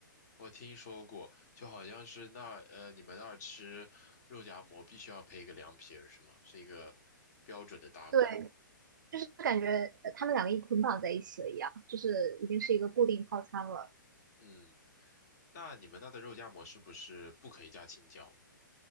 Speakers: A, on the left; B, on the right.
A: 我听说过，就好像是那儿呃，你们那儿吃肉夹馍必须要配一个凉皮儿，是吗？是一个标准的搭配。
B: 对，就是感觉呃他们两个一捆绑在一起了一样，就是已经是一个固定套餐了。
A: 嗯，那你们那的肉夹馍是不是不可以加青椒？